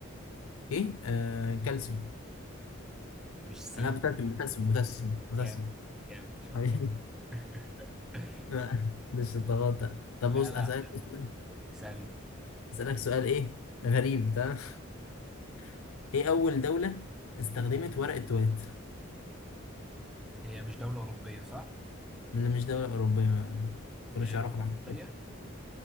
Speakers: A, on the left; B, in the centre.
A: ايه آه كالسيوم
B: مش سي
A: انا بوتاسيوم بوتاسيوم بوتاسيوم بوتاسيوم
B: جامد جامد شاطر
A: حبيبي <laughs>
B: <laughs>
A: لا، مش الضغط ده. طب
B: لا
A: بص
B: لا
A: اسالك سؤال
B: اسألني
A: اسالك سؤال ايه غريب تمام <laughs> ايه اول دولة استخدمت ورق التواليت
B: هي مش دولة أوروبية صح؟
A: اللي مش دولة أوروبية ما كانوش
B: آه
A: يعرفوا
B: طب
A: العالم
B: أفريقية؟